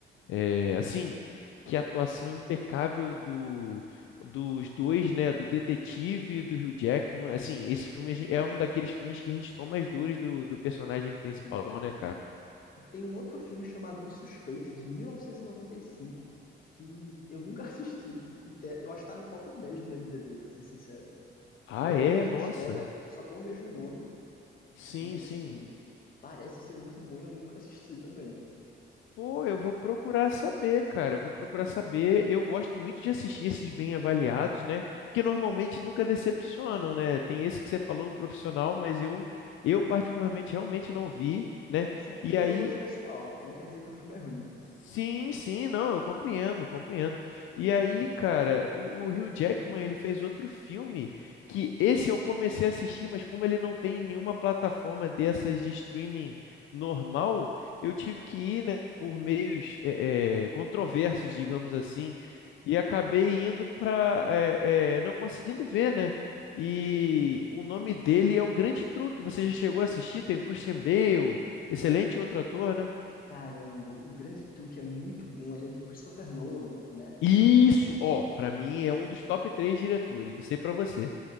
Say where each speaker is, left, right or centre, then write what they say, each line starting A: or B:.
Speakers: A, on the left; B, on the left.
A: É, assim, que a atuação impecável do, dos dois, né? Do detetive e do Hugh Jackman. Assim, esse filme a gen- é um daqueles filmes que a gente toma as dores do, do personagem principal,
B: Sim.
A: né, cara?
B: E tem um outro filme chamado Os Suspeitos, de 1995, que eu nunca <laughs> assisti. E te- eu acho que tá no top 10 do IMDb, pra ser sincero.
A: Ah,
B: Não
A: é?
B: é a mesma
A: Nossa.
B: história, só tem o mesmo nome,
A: Sim,
B: mas
A: sim.
B: assim, parece ser muito bom e eu nunca assisti também.
A: Pô, eu vou procurar saber, cara. Eu vou procurar saber. Eu gosto muito de assistir esses bem avaliados, né? Porque normalmente nunca decepcionam, né? Tem esse que você falou, o profissional, mas eu, eu particularmente realmente não vi, né?
B: Mas assim, é
A: E
B: é do
A: aí
B: meu gosto pessoal, não quer dizer que o filme é ruim.
A: Sim, sim, não, eu compreendo, compreendo. E aí, cara, o, o Hugh Jackman, ele fez outro filme que esse eu comecei a assistir, mas como ele não tem nenhuma plataforma dessas de streaming normal, eu tive que ir, né, por meios eh, eh, controversos, digamos assim, e acabei indo para não conseguindo ver, né? E o nome dele é O Grande Truque. Você já chegou a assistir? Tem o Christian Bale, excelente outro ator, né?
B: Caramba, o Grande Truque é muito bom, ele é de Christopher Nolan, né?
A: Isso, ó, pra mim é um dos top três diretores, não sei pra você.